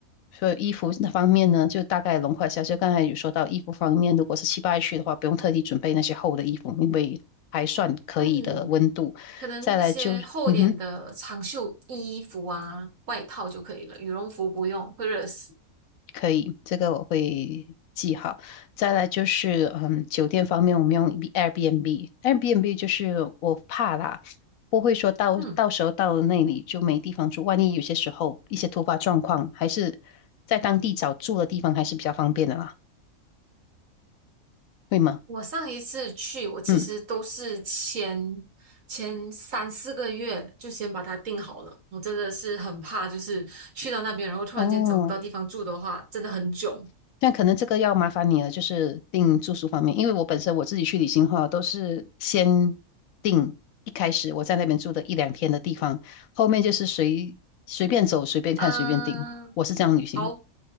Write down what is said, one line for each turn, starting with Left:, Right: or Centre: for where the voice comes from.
Left: 所以衣服那方面呢，就大概笼括一下。就刚才有说到衣服方面，如果是七八月去的话，不用特地准备那些厚的衣服，因为还算可以的温度。
Right: 嗯。可能那些厚一点的长袖衣服啊、
Left: 再来就，嗯哼。
Right: 外套就可以了，羽绒服不用，会热死。
Left: 可以，这个我会记好。再来就是，嗯，酒店方面，我们用 Airbnb，Airbnb 就是我怕啦，不会说到到时候到了那里就没地方住，
Right: 嗯，
Left: 万一有些时候一些突发状况，还是在当地找住的地方还是比较方便的啦，会吗？
Right: 我上一次去，我其实都是前前三四个月就先把它定好了。
Left: 嗯，
Right: 我真的是很怕，就是去到那边，然后突然间找不到地方住的话，
Left: 哦，
Right: 真的很囧。
Left: 但可能这个要麻烦你了，就是订住宿方面，因为我本身我自己去旅行的话，都是先订一开始我在那边住的一两天的地方，后面就是随随便走、随便看、
Right: 嗯，
Left: 随便订，我是这样旅行的。
Right: 好